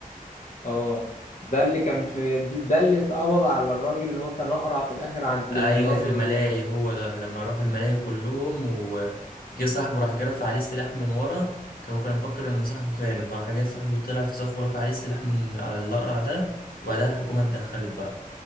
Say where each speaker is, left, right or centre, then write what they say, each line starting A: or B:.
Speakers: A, on the left (about 55°); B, on the left (about 85°).
A: اه ده اللي كان في ده اللي اتقبض على الراجل اللي هو كان اقرع في الاخر عند
B: ايوه
A: الملاهي
B: في الملاهي
A: و...
B: هو ده لما راحوا الملاهي كلهم وجه صاحبه راح جرف عليه السلاح من ورا كان- هو كان مفكر ان صاحبه خانه فراح جاي صاحبه طلع في صف ورفع عليه السلاح من على الاقرع ده وبعدها الحكومه اتدخلت بقى